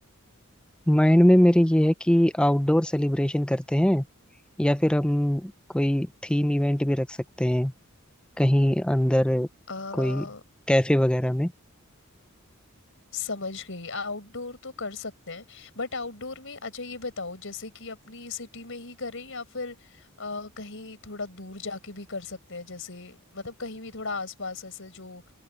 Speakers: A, in the centre; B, on the left (about 60°).
A: माइंड में मेरे ये है कि आउटडोर सेलिब्रेशन करते हैं या फिर हम कोई थीम इवेंट भी रख सकते हैं कहीं अंदर
B: आ,
A: कोई कैफे वगैरह में
B: समझ गई आउटडोर तो कर सकते हैं बट आउटडोर में अच्छा ये बताओ जैसे कि अपनी सिटी में ही करें या फिर अ, कहीं थोड़ा दूर जाके भी कर सकते हैं जैसे मतलब कहीं भी थोड़ा आसपास ऐसे जो